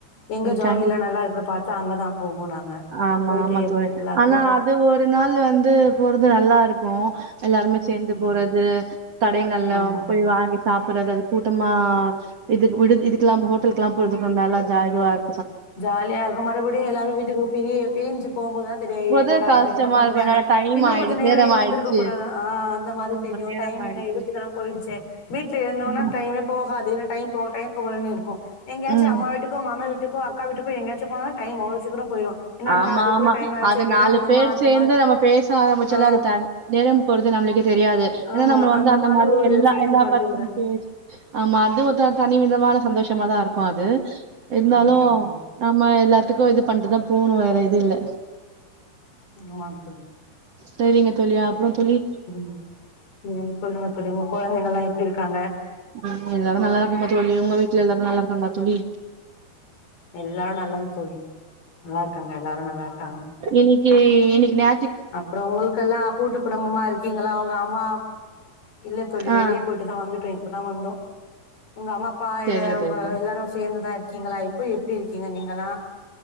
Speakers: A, on the left; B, on the right.
A: எங்க ஜவுளிலா
B: கண்டிப்பா
A: நல்லாருக்குன் பாத்து அங்கதா போவோ நாங்க
B: ஆமா
A: போயிட்டு
B: ஆமா
A: எப்
B: தோழி
A: எல்லாருக்கு
B: ஆனா அ து ஒரு நாள் வந்து போறது நல்லாருக்கு எல்லாருமே சேந்து
A: ம்
B: போறது கடைங்கள்ல
A: ஆமா
B: போய் வாங்கி சாப்புறது அது கூட்டமா இது விடுக் இதுக்லா ஹோட்டல்க்லா போறது கொன் நல்லா ஜா இதுவாரு
A: ஜாலியாருக்கு மறுப்டியு எல்லாரு வீட்டுக்கு பிரிய பிரிஞ்சு போம்போதுதா தெரியு ஏ
B: போது
A: என்னடா
B: கஷ்டமா
A: இது இன்னு கொஞ்ச
B: இருக்கு
A: நேரோ
B: என்னால டைம்
A: இன்னு
B: ஆயிடு
A: கொஞ்சோ நேரோ
B: நேரம்
A: இருந்திருக்க
B: ஆயிடுச்சு
A: கூடாதா ஆ அந்த மாரி தெரியு
B: மணி நேரம்
A: டைம்
B: ஆயிடுச்சு
A: இன்னு இலு சீக்கரோ போய்டுச்சே வீட்லே இருந்தோனா
B: ம்
A: டைமே போகாது இன்னு டைம் போகல டைம் போகலன்னு இருக்கு எங்கயாச்சு
B: ம்
A: அம்மா வீட்டுக்கோ மாமியார் வீட்டுக்கோ அக்கா வீட்டுக்கோ எங்கயாச்சு போனா டைம் அவ்ளோ சீக்கிரோ போய்ரு என்னடா
B: ஆமா
A: அதுக்குள்ள
B: ஆமா
A: டைம் ஆய்ச்சே
B: அது
A: கெளம்புனுமா
B: நாலு பேர்
A: அந்த
B: சேந்து
A: மாரி
B: நம்ம பேச ஆரம்பிச்சாலே
A: ஆ
B: அது த நேரம் போறது நம்ளுக்கே தெரியாது ஏனா
A: ஆமா
B: நம்ம வந்து அந்த மாரி
A: ஒரு
B: எல்லா
A: ஃபீலிங்ஸ்
B: எல்லா
A: வந்துருது
B: பத்தியு பேசி ஆமா அது ஒத்த தனிவிதமான சந்தோஷமா தாருக்கு அது இந்தாலு
A: ஆமா தோழி
B: நம்ம எல்லா த்துக்கு இது பண்ட்டுதா போனு வேற இது இல்ல
A: ஆமா தோழி
B: சேரிங்க தோழி அப்றோ தோழி
A: ம் ம் சொல்லுங்க தோழி உங்க கொழந்தைங்கள்லா எப்டிருக்காங்க
B: ம் எல்லாரு நல்லாருக்காங்க தோழி உங்க வீட்ல எல்லாரு நல்லாருக்காங்ளா தோழி
A: எல்லாரு நலம் தோழி நல்லாருக்காங்க எல்லாரு நல்லாருக்காங்க
B: இன்னிக்கி இன்னிக்கி நே
A: அப்றோ உங்ளுக்கெல்லா கூட்டு குடும்பமாரு கீங்களா அவுங்க அம்மாப் இல்ல தோழி
B: ஆ
A: வெளியே போயிட்டு தா வந்தோ இப்போதா வந்தோ உங்க அம்மா அப்பா
B: சரிங்க
A: இல்ல
B: தோழி
A: உங்க
B: சரி
A: எல்லாரு சேர்ந்துதா இருக்கீங்களா இப்போ எப்டி இருக்கீங்க நீங்க எல்லா